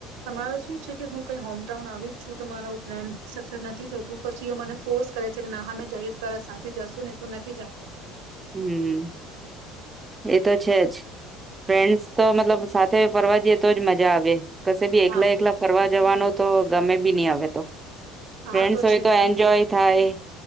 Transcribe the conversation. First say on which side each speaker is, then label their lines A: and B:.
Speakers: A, on the right; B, on the right.
A: તમારો શું છે કે હું કઈ હોમટાઉન આવી જ છું તો મારો પ્લાન સક્સેસ નથી થતું પછી એ મને ફોર્સ કરે છે કે ના હા મેં જાઈએ તો તારા સાથે જાશું નઈ તો નથી જાવાનું
B: હમ એ તો છે જ ફ્રેન્ડસ તો મતલબ સાથે ફરવા જઈએ તો જ મજા આવે. કસેબી
A: હા
B: એકલા એકલા ફરવા જવાનો તો ગમે બી નહી અવે તો. ફ્રેન્ડ્સ
A: આ
B: હોય
A: છે
B: તો એન્જોય થાય.